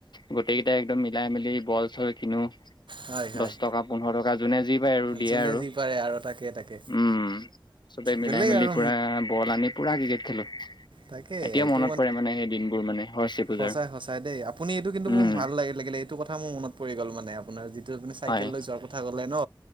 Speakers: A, on the left; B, on the right.
A: গোটেই কেইটাই একদম মিলাই মেলি বল চল কিনো।
B: হয় হয়
A: দছ টকা পোন্ধৰ টকা যোনে যি পায় আৰু দিয়ে
B: যোনে
A: আৰু
B: যি পাৰে আৰু তাকে তাকে।
A: উম। চবে মিলাই
B: বেলেগ
A: মিলি
B: আৰু
A: পুৰা বল আনি পুৰা ক্ৰিকেট খেলো।
B: তাকে
A: এতিয়া
B: এইটো
A: মনত পৰে মানে সেই দিনবোৰ মানে। সৰস্বতী পূজাৰ
B: সঁচাই, সঁচাই দেই। আপুনি এইটো কিন্তু
A: উম
B: মোৰ ভাল লাগি-লাগিলে, এইটো কথা মোৰ মনত পৰি গ'ল মানে আপোনাৰ যিটো আপুনি চাইকেল
A: হয়
B: লৈ যোৱাৰ কথা ক'লে ন'।